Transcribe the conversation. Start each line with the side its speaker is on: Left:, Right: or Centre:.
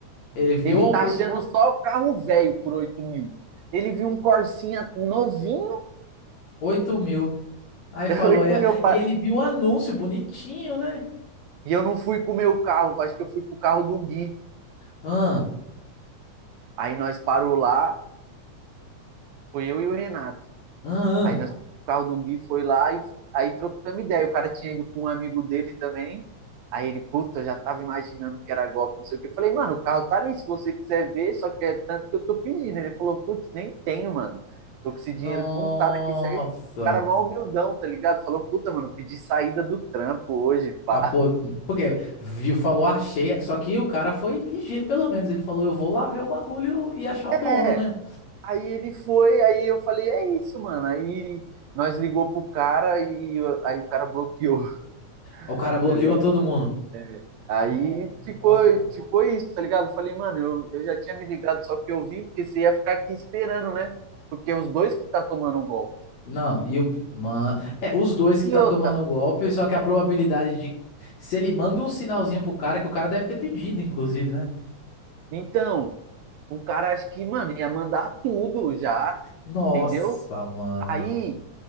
Left: Ele viu
Right: Ele
Left: a
Right: tá
Left: oportunidade.
Right: achando só carro velho por 8 mil. Ele viu um Corsinha novinho,
Left: 8 mil. Aí
Right: <laughs>
Left: falou,
Right: oito
Left: é.
Right: mil. pa-
Left: E ele viu o anúncio bonitinho, né?
Right: E eu não fui com o meu carro, acho que eu fui com o carro do Gui.
Left: Ah,
Right: Aí nós parou lá, foi eu e o Renato.
Left: ah, ah.
Right: Aí nós, o carro do Gui foi lá e aí trocamos ideia. O cara tinha ido com um amigo dele também. Aí ele, puta, eu já tava imaginando que era golpe, não sei o que. Eu falei, mano, o carro tá ali, se você quiser ver, só que é tanto que eu tô pedindo. Ele falou, putz, nem tenho, mano. Tô com esse
Left: Nossa.
Right: dinheiro contado aqui certo. O cara mal humildão, tá ligado? Falou, puta, mano, pedi saída do trampo hoje, pá.
Left: Pra
Right: <laughs>
Left: po- Porque viu, falou, achei. Só que o cara foi ligeiro, pelo menos. Ele falou, eu vou lá ver o bagulho e achar o dono,
Right: É,
Left: né?
Right: aí ele foi, aí eu falei, é isso, mano. Aí nós ligou pro cara e eu- aí o cara bloqueou, <laughs>
Left: O cara bloqueou
Right: tá ligado?
Left: todo mundo.
Right: É. Aí
Left: No-
Right: ficou,
Left: Nossa.
Right: ficou isso, tá ligado? Eu Falei, mano, eu, eu já tinha me ligado, só que eu vim, porque você ia ficar aqui esperando, né? Porque os dois que tá tomando o golpe.
Left: Não, e o. Mano. É, os dois que tá
Right: E
Left: tomando
Right: outra,
Left: o golpe, só que a probabilidade de. Se ele manda um sinalzinho pro cara, que o cara deve ter pedido, inclusive, né?
Right: então, o cara acho que, mano, ia mandar tudo já,
Left: Nossa,
Right: entendeu?
Left: mano.
Right: Aí